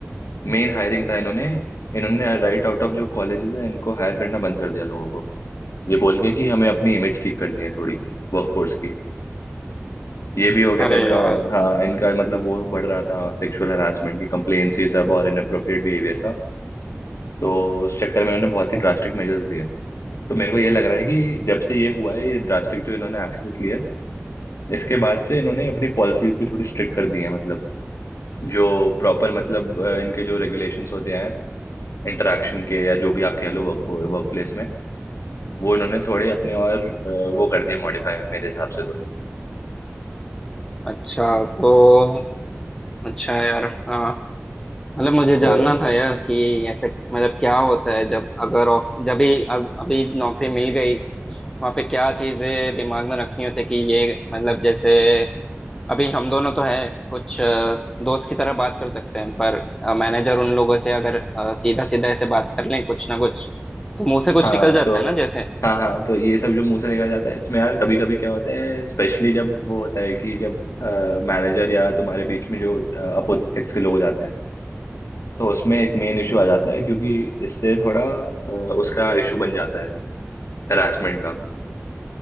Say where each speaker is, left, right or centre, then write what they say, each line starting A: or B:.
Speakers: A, on the left; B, on the left.
A: मेन हायरिंग था इन्होंने इन्होंने राइट आउट ऑफ जो कॉलेजेस है इनको हायर करना बंद कर दिया लोगों को ये बोल के कि हमें अपनी इमेज ठीक करनी है थोड़ी वर्कफोर्स की ये भी हो गया
B: अरे
A: था इनका
B: यार
A: हाँ इनका मतलब वो बढ़ रहा था सेक्सुअल हरासमेंट की कंप्लेन्स ये सब और इनअप्रोप्रिएट बिहेवियर का तो उस चक्कर में इन्होंने बहुत ही ड्रास्टिक मेजर्स लिए तो मेरे को ये लग रहा है कि जब से ये हुआ है ये ड्रास्टिक जो इन्होंने एक्शंस लिए इसके बाद से इन्होंने अपनी पॉलिसीज भी थोड़ी स्ट्रिक्ट कर दी हैं मतलब जो प्रॉपर मतलब अ, इनके जो रेगुलेशंस होते हैं इंटरेक्शन के या जो भी आप कह लो वर्क वर्क प्लेस में वो इन्होंने थोड़े अपने और अ, वो कर दिए मॉडिफाई मेरे हिसाब से तो
B: अच्छा तो अच्छा यार हाँ मतलब मुझे
A: तो,
B: जानना
A: हाँ
B: था यार कि ऐसे मतलब क्या होता है जब अगर ऑफ जब भी अब- अभी नौकरी मिल गई वहाँ पे क्या चीजें दिमाग में रखनी होती है कि ये मतलब जैसे अभी हम दोनों तो हैं कुछ अ, दोस्त की तरह बात कर सकते हैं पर मैनेजर उन लोगों से अगर सीधा सीधा ऐसे बात कर लें कुछ ना कुछ तो मुंह से कुछ
A: हाँ
B: निकल जाता
A: तो
B: है ना जैसे
A: हाँ हाँ तो ये सब जो मुंह से निकल जाता है इसमें यार कभी कभी क्या होता है स्पेशली जब वो होता है कि जब मैनेजर या तुम्हारे बीच में जो अपोजिट सेक्स के लोग जाते हैं तो उसमें एक मेन इशू आ जाता है क्योंकि इससे थोड़ा अ, उसका इशू बन जाता है हरासमेंट का